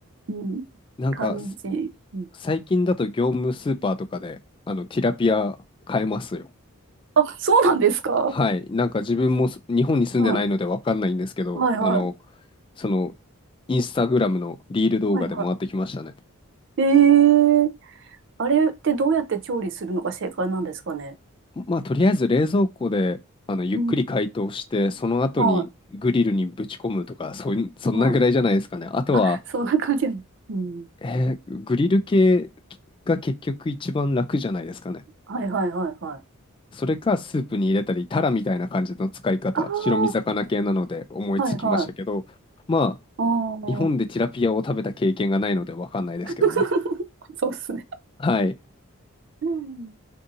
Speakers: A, on the right (about 55°); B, on the left (about 25°).
A: うん、
B: なんか、
A: 感じ。
B: す
A: うん。
B: 最近だと業務スーパーとかで、あの、ティラピア買えますよ。
A: あ、あそうなんですか。
B: はい、なんか自分もす日本に住んでないのでわかんないんですけど、
A: うん。はいはい。
B: あの、その、インスタグラムのリール動画で回ってきましたね。
A: はいはい。ええあれってどうやって調理するのが正解なんですかね。
B: ままあ、とりあえず冷蔵庫であのゆっくり解凍して、
A: うん。
B: その後にグリルにぶち込むとか、
A: は
B: そういう、そんなぐらいじゃないですかね。
A: い。はい。
B: あとは、
A: あ、そんな感じなの。うん。
B: えーグリル系が結局一番楽じゃないですかね。
A: はいはいはいはい。
B: それかスープに入れたり、タラみたいな感じの使い方、
A: ああ、
B: 白身魚系なので思いつきましたけど、
A: はいはい。
B: ま
A: ああ。
B: 日本でティラピアを食べた経験がないのでわかんないですけどね。
A: <laughs> そうっすね。
B: はい。
A: うん。